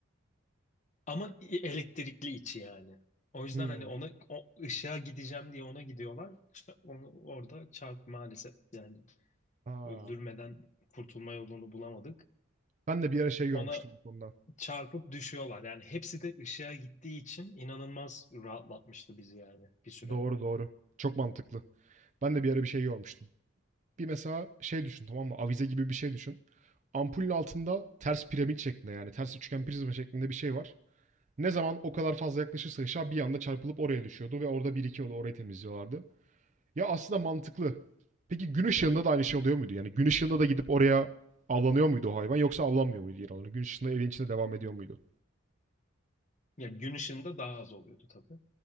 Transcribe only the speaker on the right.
Hımm.
A!
Ben de bir ara şey görmüştüm
bu konuda.
Doğru, doğru. Çok mantıklı. Ben de bir ara bir şey görmüştüm. Bir mesela şey düşün, tamam mı? Avize gibi bir şey düşün. Ampulün altında ters piramit şeklinde yani ters üçgen prizma şeklinde bir şey var. Ne zaman o kadar fazla yaklaşırsa ışığa bir anda çarpılıp oraya düşüyordu ve orada birikiyordu, orayı temizliyorlardı. Ya aslında mantıklı. Peki gün ışığında da aynı şey oluyor muydu? Yani gün ışığında da gidip oraya avlanıyor muydu o hayvan yoksa avlanmıyor muydu yer alanı? Gün ışığında evin içinde devam ediyor muydu?